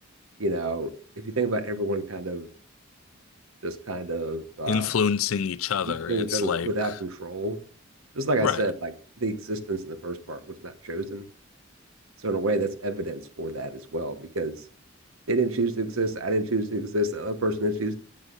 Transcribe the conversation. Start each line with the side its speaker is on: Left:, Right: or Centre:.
Right: you know, if you think about everyone kind of just kind of um,
Left: influencing each other.
Right: each doing
Left: It's
Right: each other
Left: like,
Right: without control, just like I
Left: right.
Right: said, like the existence in the first part was not chosen. So in a way, that's evidence for that as well, because they didn't choose to exist. I didn't choose to exist. The other person didn't choose.